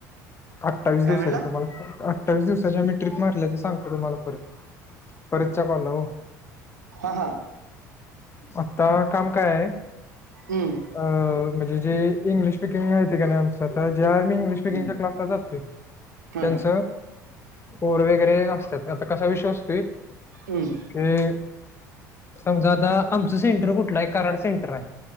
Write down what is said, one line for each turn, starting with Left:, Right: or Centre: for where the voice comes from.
Left: अठ्ठावीस
Right: काय
Left: दिवसाची
Right: म्हणला
Left: तुम्हाला अठ्ठावीस दिवसाच्या मी ट्रिप मारल्या ते सांगतो तुम्हाला परत परतच्या कॅला हो.
Right: हा हा.
Left: आता काम काय आहे?
Right: हम्म.
Left: अ म्हणजे जे इंग्लिश स्पीकिंग आहे का आमच आता ज्या आम्ही इंग् स्पीकिंग
Right: हम्म
Left: च्या क्लास ला जातो
Right: हं,
Left: त्यांच कोड वैगेरे असतात आता कसा विश्वास.
Right: हम्म
Left: ते समजा आता. आमचं सेंटर कुठलं आहे कराड सेंटर आहे